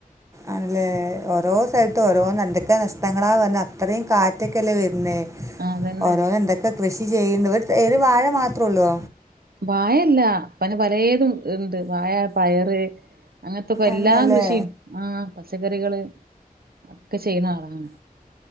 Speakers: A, on the right; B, on the right.
A: ആണല്ലേ ഓരോ സ്ഥലത്തും ഓരോ നണ്ടൊക്കെ നഷ്ടങ്ങളാ വന്ന അത്രയും കാറ്റക്കെല്ലേ വ- പിന്നെ
B: ആ അതന്നെ
A: ഓരോന്ന് എന്തൊക്കെ കൃഷി ചെയ്യുന്നു ഒരു വാഴ മാത്രേ ഉള്ളു.
B: വായല്ല പനെ പലതും ഉണ്ട് വായ പയറ്. അങ്ങനത്തെ ഇക്ക എല്ലാ
A: എന്നല്ലേ
B: കൃഷിയും ആഹ പച്ചക്കറികള് ഒക്കെ ചെയ്യണളാണ്.